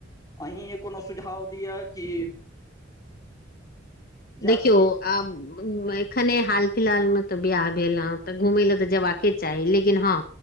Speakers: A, on the left (about 20°); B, on the left (about 50°).
A: अहीं य कोनो सुझाव दीअ की।
B: देखियौ
A: सकी
B: आब। एखने हाल फिलहाल मे तऽ बियाह भेल ह तऽ घूमय लए तऽ जबाके चाही लेकिन हँ।